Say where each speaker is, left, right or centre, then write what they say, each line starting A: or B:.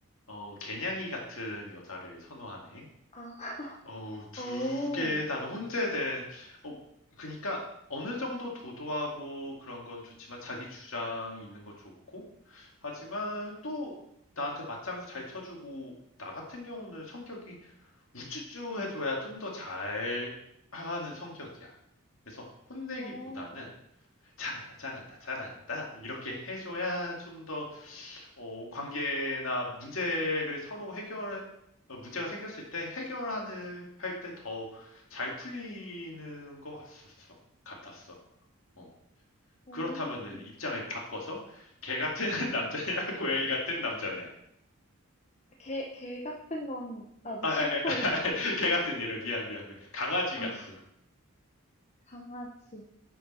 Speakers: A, on the left; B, on the left.
A: 어, 개냥이 같은 여자를 선호하네.
B: 아, <laughs>
A: 어, 두
B: 오,
A: 개다가 혼재된, 어, 그니까 어느 정도 도도하고 그런 건 좋지만 자기 주장 있는 거 좋고, 하지만 또 나한테 맞장구 잘 쳐주고, 나 같은 경우는 성격이 우쭈쭈 해줘야 좀 더 잘 하는 성격이야. 그래서 혼내기보다는
B: 어,
A: 잘한다, 잘한다, 잘한다. 이렇게 해줘야 좀 더, 어, 관계나 문제를 서로 해결, 어, 문제가 생겼을 때 해결하는, 할 때 더 잘 풀리는 것 같았어. 같았어. 어.
B: 오.
A: 그렇다면은 입장을 바꿔서 개 같은 <laughs> 남자냐, 고양이 같은 남자냐.
B: 개, 개 같은 건 나도
A: 아,
B: 싫고,
A: 아, 아, <laughs>
B: <laughs>
A: 개 같은 이래. 미안, 미안, 미안. 강아지
B: 아,
A: 같은.
B: 강아지.